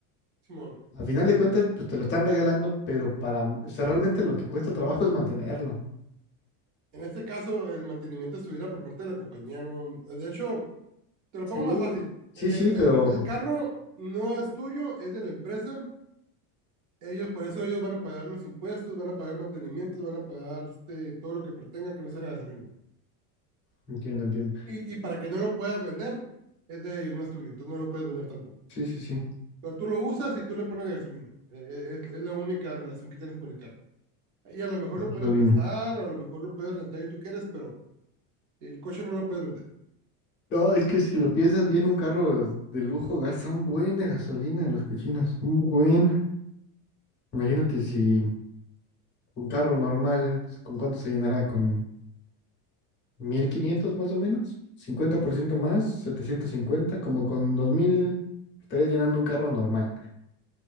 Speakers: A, on the right; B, on the left.
A: Simón.
B: Al final de cuentas, pues te lo están regalando, pero para, o sea, realmente lo que cuesta trabajo es mantenerlo.
A: En este caso, el mantenimiento estuviera por parte de la compañía. No, de hecho, te lo
B: Sí,
A: pongo más fácil.
B: Sí,
A: El,
B: sí, pero
A: el, el carro no es tuyo, es de la empresa, Ellos, por eso ellos van a pagar los impuestos, van a pagar mantenimientos, van a pagar este, todo lo que pretenga que no sea la gasolina.
B: entiendo, entiendo.
A: Y, y para que no lo puedas vender, es de ellos, no es tuyo, entonces no lo puedes vender tampoco.
B: Sí, sí, sí.
A: Pero tú lo usas y tú le pones de gasolina. Eh, eh, Es, es la única relación que tienes con el carro. Y a lo mejor lo puedes
B: Solín.
A: prestar, o a lo mejor lo puedes rentar si tú quieres, pero el coche no lo puedes vender.
B: No, es que si lo piensas bien, un carro de lujo gasta un buen de gasolina en los cochinos, un buen. Imagínate si un carro normal, ¿con cuánto se llenará? ¿Con 1500 más o menos? cincuenta por ciento más? setecientos cincuenta, Como con 2000 estarías llenando un carro normal.